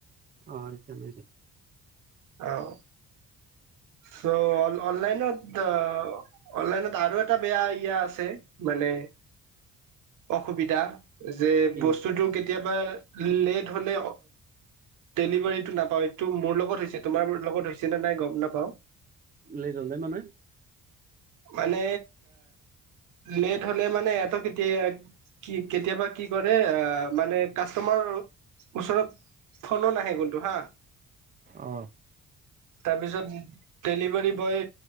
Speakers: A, on the right; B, on the right.
A: অ এতিয়া ম
B: আহ চ অনলাইনত দা অনলাইনত আৰু এটা এটা বেয়া ইয়া আছে মানে অসুবিধা যে
A: কি
B: বস্তুটো কেতিয়া কেতিয়াবা লেট হলে ডেলিভাৰীটো নাপাওঁ এইটো মোৰ লগত হৈছে তোমাৰ লগত হৈছে নে নাই গম নাপাওঁ, পাওঁ
A: লেট হল নে মানে
B: মানে লেট হলে মানে এহত কেতিয়া কি কেতিয়াবা কি কৰে আহ মানে কাষ্টমাৰ ওচৰত ফোন ও নাহে কোনটো হা
A: অ
B: তাৰপিছত ডেলিভাৰী বয়